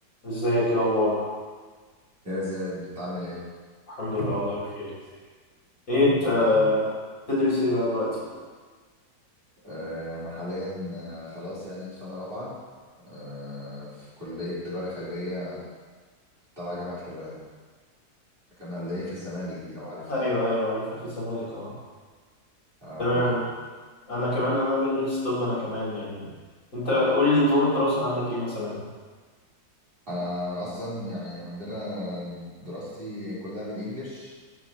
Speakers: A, on the left; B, on the right.
A: ازيك ايه الاخبار
B: يا زياد انت عامل ايه؟
A: الحمد لله والله بخير ايه انت
B: الحمد لله
A: تدرس ايه بقى دلوقتي
B: آه، انا حاليا آه، خلاص يعني في سنة رابعة آه، في كلية تجارة خارجية تبع جامعة حلوان كان اللي هي في الزمالك دي لو عارفها
A: ايوه ايوه عارفها في الزمالك اه
B: اه
A: تمام
B: هي دي
A: انا كمان انا بدرس طب انا كمان يعني انت قول لي نظام الدراسه عندك ايه مثلا
B: انا اصلا يعني عندنا دراستي كلها بالانجلش